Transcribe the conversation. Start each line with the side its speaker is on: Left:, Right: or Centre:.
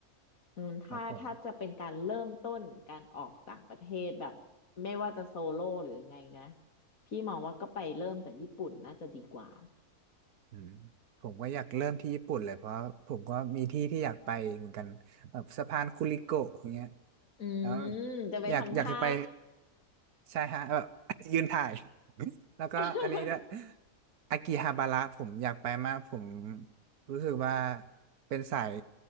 Left: อืมถ้าถ้าจะเป็นการเริ่มต้นการออกต่างประเทศแบบ
Right: ครับผม
Left: ไม่ว่าจะโซโล่หรือยังไงนะพี่มองว่าก็ไปเริ่มจากญี่ปุ่นน่าจะดีกว่า
Right: อืมผมก็อยากเริ่มที่ญี่ปุ่นเลยเพราะผมก็มีที่ที่อยากไปเหมือนกันแบบสะพานคุริโกะอย่างเงี้ย
Left: อืม
Right: แล้ว
Left: จะไปทำท่า
Right: อยากอยากจะไป ใช่ฮะแบบ <laughs> ยืนถ่ายแล้วก็อันนี้ด้วย
Left: <laughs>
Right: อากิฮาบาระผมอยากไปมากผมรู้สึกว่าเป็นสาย